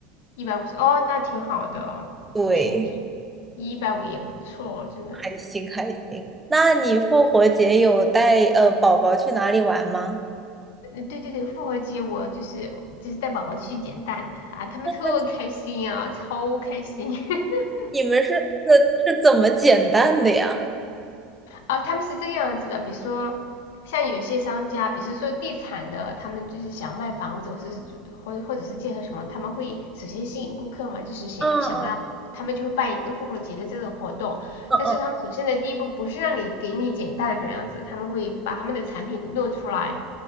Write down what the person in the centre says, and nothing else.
对，
开心开心。那你复活节有带呃宝宝去哪里玩吗？
那
你们是是是怎么减蛋的呀？
嗯嗯嗯嗯，